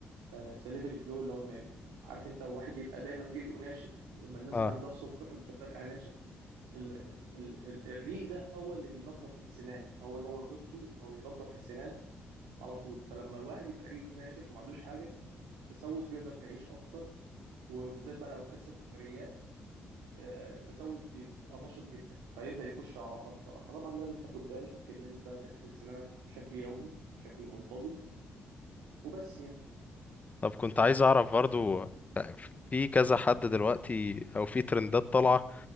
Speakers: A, on the right; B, on the left.
A: سليفري فلو اللي هو ما- عارف أنت واحد يبقى دايما ريقه ناشف لما الناس
B: اه
A: اللي عندها السكر لما بتبقى ريقها ناشف ال- ال- ال- الريق ده هو اللي بينظف السنان هو ده وظيفته إنه ينظف السنان على طول فلما الواحد يبقى ريقه ناشف وما عندوش حاجه التسوس بيقدر يعيش اكتر وبالذات بقى لو كل سكريات آه، التسوس بيبقى نشط جدا فيبدا يخش على الاعصاب بسرعه فطبعا لازم تاخد بالك ان انت تغسل سنانك بشكل يومي بشكل منتظم وبس يعني
B: طب كنت عايز اعرف برضو في كذا حد دلوقتي او في ترندات طالعه